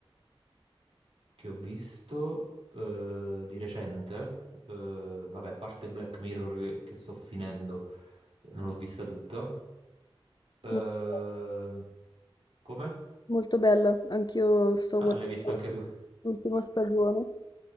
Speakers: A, on the right; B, on the left.
A: che ho visto eh, di recente, eh, vabbè, a parte Black Mirror che, che sto finendo, non l'ho vista tutta. eh,
B: molto,
A: come?
B: molto bella, anch'io sto
A: Ah,
B: guardando
A: l'hai vista anche tu?
B: l'ultima stagione.